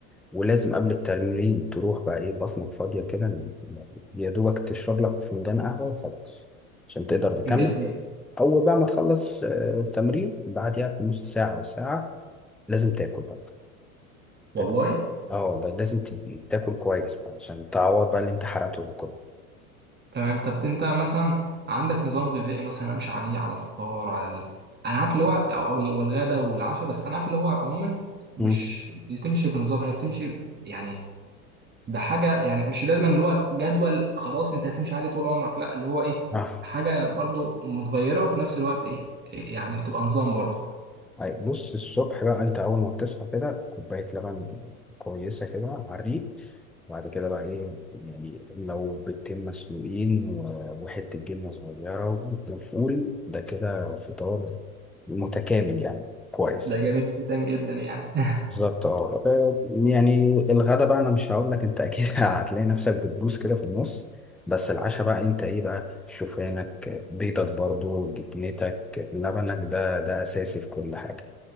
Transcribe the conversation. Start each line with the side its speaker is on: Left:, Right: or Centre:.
Centre: ولازم قبل التمرين تروح بقى ايه بطنك فاضية كده يعني يا دوبك تشرب لك فنجان قهوة وخلاص عشان تقدر تكمل
Right: جميل
Centre: أول بقى ما تخلص آه، التمرين بعديها بنص ساعة أو ساعة لازم تاكل بقى
Right: والله
Centre: تاكل اه والله لازم ت- تاكل كويس بقى عشان تعوض بقى اللي انت حرقته ده كله
Right: تمام طب انت مثلا عندك نظام غذائي مثلا امشي عليه على الفطار على ال... انا عارف اللي هو أو ال- والغدا والعشاء بس انا عارف اللي هو عموما مش
Centre: مم.
Right: بتمشي بنظام هي بتمشي يعني ده حاجه يعني مش لازم اللي هو جدول خلاص انت هتمشي عليه طول عمرك لا اللي هو ايه
Centre: اه
Right: حاجه برضو متغيره وفي نفس الوقت ايه إيه يعني تبقى نظام برضو
Centre: طيب بص الصبح بقى انت اول ما بتصحى كده كوبايه لبن كويسه كده على الريق بعد كده بقى ايه يعني لو بيضتين مسلوقين و- وحته جبنه صغيره وفول ده كده فطار متكامل يعني كويس
Right: ده جميل جدا جدا يعني <laughs>
Centre: بالظبط اه آه، يعني الغدا بقى انا مش هقول لك انت اكيد <laughs> هتلاقي نفسك بتبوس كده في النص بس العشاء بقى انت ايه بقى شوفانك بيضك برضو جبنتك لبنك ده ده اساسي في كل حاجه